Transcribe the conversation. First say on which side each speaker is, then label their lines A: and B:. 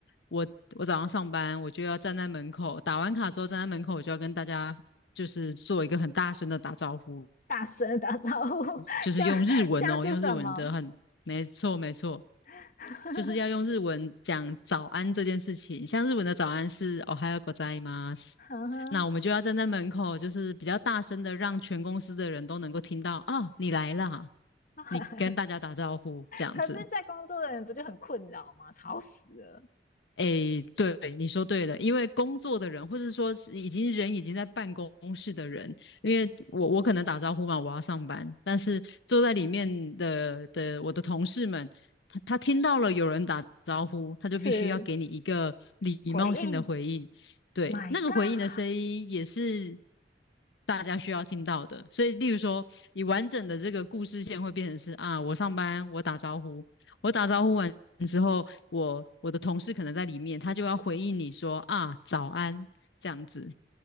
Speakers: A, on the left (about 85°); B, on the left (about 50°).
A: 我我早上上班我就要站在门口打完卡之后站在门口我就要跟大家就是做一个很大声的打招呼，
B: 大声打招呼，<laughs>
A: 就是用日文哦，
B: 像像是什么？
A: 用日文的很，没错没错，
B: <laughs>
A: 就是要用日文讲早安这件事情。像日文的早安是 o h a y o g o z
B: 呵呵
A: 那我们就要站在门口，就是比较大声的，让全公司的人都能够听到哦，你来啦，
B: <laughs>
A: 你跟大家打招呼这样子。
B: 可是，在工作的人不就很困扰吗？吵死了，
A: 诶，对，你说对了，因为工作的人，或者说是已经人已经在办公室的人，因为我我可能打招呼嘛，我要上班，但是坐在里面的的我的同事们，他他听到了有人打招呼，他就必须要给你一个礼貌性的回应，
B: 是回应
A: 对，
B: ，My
A: 那个回应的声音也是
B: God，
A: 大家需要听到的，所以例如说，你完整的这个故事线会变成是啊，我上班，我打招呼，我打招呼完之后，我我的同事可能在里面，他就要回应你说啊早安这样子，